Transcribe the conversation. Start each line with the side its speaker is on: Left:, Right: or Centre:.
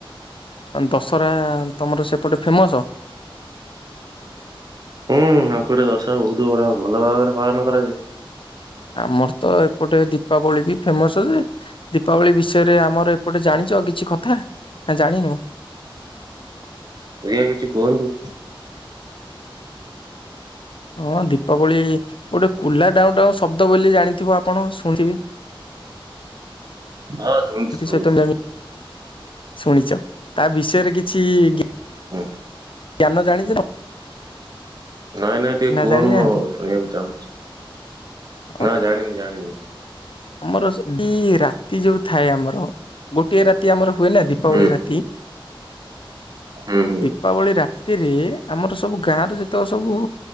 Left: ଦଶରା ତମର ସେପଟେ ଫେମସ୍।
Right: ହୁଁ ଆମ ଗୋଟେ ଦଶହ ବହୁତ ଗୁଡ ଭଲ ଭାବରେ ପାଳନ କରାଯାଏ।
Left: ଆମର ତ ଏପଟେ ଦୀପାବଳି ବି ଫେମସ ଯେ ଦୀପାବଳି ବିଷୟରେ ଆମର ଏପଟେ ଜାଣିଛ କିଛି କଥା ନା ଜାଣିନୁ।
Right: <unintelligible> କିଛି କୁହନ୍ତୁ।
Left: ହଁ ଦୀପାବଳି ଗୋଟେ କୁଲା ଡାଉଁଡାଉଁ ଶବ୍ଦ ବୋଲି ଜାଣିଥିବ ଆପଣ। ଶୁଣିଥିବେ
Right: ହଁ ଶୁଣିୁଛି
Left: ଏଥିସହିତ
Right: ଶୁଣିୁଛି।
Left: ଆମେ ଶୁଣିଛ ତା ବିଷୟରେ କିଛି। ଛି।
Right: ହଁ।
Left: ଜ୍ଞାନ ଜାଣିଛ ନା।
Right: ନାଇଁ ନାଇଁ ଟିକେ କୁହ
Left: ଜାଣିନାହାନ୍ତି
Right: ମୁଁ ଶୁଣିବାକୁ ଚାହୁଁଛି
Left: ହଁ।
Right: ନା ଜାଣିନି ଜାଣିନି।
Left: ଆମର। ଦ ରାତି ଯୋଉ ଥାଏ ଆମର ଗୋ ଗୋଟିଏ ରାତି ଆମର। ହୁଏ ନା ଦୀପାବଳି
Right: ହୁଁ
Left: ରାତି
Right: ହୁଁ ହୁଁ
Left: ଦୀପାବଳି ରା ସେଥିରେ ଆମର ସବୁ ଗାଁର ଯେତେବେଳେ ସବୁ